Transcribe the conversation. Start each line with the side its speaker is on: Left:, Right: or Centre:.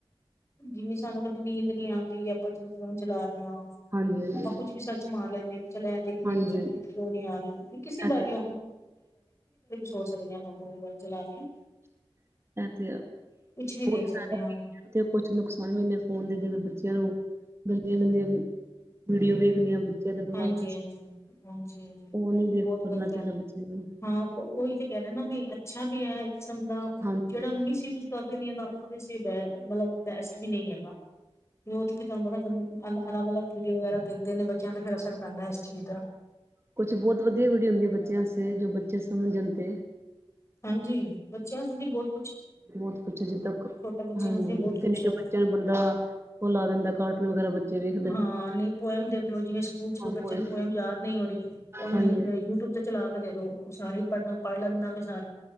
Left: ਜਿਵੇਂ ਸਾਨੂੰ ਕਦੇ ਨੀਂਦ ਨੀ ਆਂਦੀ, ਆਪਾਂ ਜਦੋ ਫੋਨ ਚਲਾ ਰਏ ਆ,
Right: ਹਾਂਜੀ-ਹਾਂਜੀ,
Left: ਆਪਾਂ ਕੁੱਛ ਵੀ ਸਰਚ ਸਰਚ ਮਾਰ ਲੈਨੇ ਆ, ਚਲ ਇਹ ਦੇਖਨੇ
Right: ਹਾਂਜੀ-ਹਾਂਜੀ
Left: ਆ, ਸਾਨੂੰ ਨੀਂਦ ਕਯੋ ਨੀ ਆਰੀ। ਕਿਸੇ
Right: ਇਹ
Left: ਬਾਰੇ
Right: ਤੇ
Left: ਵੀ ਸੋਚ ਸਕਦੇ ਆ, ਆਪਾਂ ਮੂਵੀ-ਮਾਵੀ ਚਲਾ ਕੇ।
Right: ਹੈ ਇਹ ਤੇ ਹੈ
Left: ਕੁਛ
Right: ਬਹੁਤ
Left: ਵੀ ਦੇਖ ਸਕਦੇ
Right: ਫਾਇਦਾ
Left: ਆ।
Right: ਵੀ ਤੇ ਕੁਛ ਨੁਕਸਾਨ ਵੀ ਨੇ ਫੋਨ ਦੇ ਜਿਵੇ ਬੱਚੇਆਂ ਨੂੰ ਦਿਨੋ-ਦਿਨ ਵੀਡਿਓ ਵੇਖਦੇ ਆ ਬੱਚੇ ਬੱਚੇਆ ਦੇ ਦਿਮਾਗ
Left: ਹਾਂਜੀ
Right: ਤੇ ਅਸਰ,
Left: ਹਾਂਜੀ ਹਾਂਜੀ ਹਾਂਜੀ
Right: ਫੋਨ
Left: ਉਹ
Right: ਨਈ
Left: ਵੀ ਬਹੁਤ
Right: ਯੂਸ ਕਰਨਾ
Left: ਗ਼ਲਤ
Right: ਚਾਹੀਦਾ
Left: ਹੈ
Right: ਬੱਚੇਆਂ ਲਈ।
Left: ਹਾਂ ਓਹੀ ਤੇ ਕਹਿ ਰਹੇ ਨਾ ਵੀ, ਅੱਛਾ ਵੀ ਹੈ ਇੱਕ ਕਿਸਮ ਦਾ,
Right: ਹਾਂਜੀ-ਹਾਂਜੀ
Left: ਜੇਹੜਾ ਮਿਸਯੂਜ ਫ਼ਰਕ ਨਹੀਂ ਹੈਗਾ, ਓਹਦੇ ਚ ਬੈ ਮਤਲਬ ਬੈਸਟ ਵੀ ਨਹੀਂ ਹੈਗਾ। ਵਈ ਓਹ ਤੇ ਤਾਨੂੰ ਪਤਾ ਗੰ ਅਲੱਗ -ਅਲੱਗ ਵੀਡੀਓ ਵਗੈਰਾ ਦੇਖਦੇ ਨੇ, ਬੱਚਿਆਂ ਤੇ ਫਿਰ ਅਸਰ ਪੈਂਦਾ ਹੈ ਇਸ ਚੀਜ਼ ਦਾ।
Right: ਕੁੱਛ ਬੋਤ ਵੱਧੀਆ ਵੀਡੀਓ ਹੁੰਦੀ ਆ ਬੱਚੇਆਂ ਵਾਸਤੇ ਜੋ ਬੱਚੇ ਸਮਂਝਣ ਤੇ।
Left: ਹਾਂਜੀ, ਬੱਚੇਆਂ ਵਾਸਤੇ ਜੀ ਬੋਤ
Right: ਬੋਤ ਕੁੱਛ ਜਿੱਦਾ ਕ
Left: ਬੱਚਿਆਂ
Right: ਹਾਂਜੀ,
Left: ਵਾਸਤੇ ਬਹੁਤ
Right: ਨਿੱਕੇ
Left: ਕੁਛ
Right: -ਨਿੱਕੇ
Left: ਹੈ
Right: ਬੱਚੇਆਂ ਨੂੰ ਬੰਦਾ ਓਹ ਲਾ ਦੇਂਦਾ ਕਾਰਟੂਨ ਵਗੈਰਾ ਬੱਚੇ ਦੇ
Left: ਹਾਂ ਨਈ ਪੋਏਮ ਦੇਖਲੋ ਜਿਵੇਂ ਸਕੂਲ
Right: ਰਹਿੰਦੇ
Left: ਚ ਕੋਈ ਬੱਚੇ
Right: ਪੋਇਮ
Left: ਨੂੰ ਪੋਏਮ ਯਾਦ ਨਈ ਹੋ ਰਈ, ਉਹਨੂੰ
Right: ਹਾਂਜੀ
Left: ਯੂਟਿਊਬ ਤੇ ਚਲਾ ਕੇ ਦੇ -ਦੋ ਸਾਰੀ ਪੜ੍ਹ ਪੜ ਲੈਂਦਾ ਵੇ ਸਾਰੀ।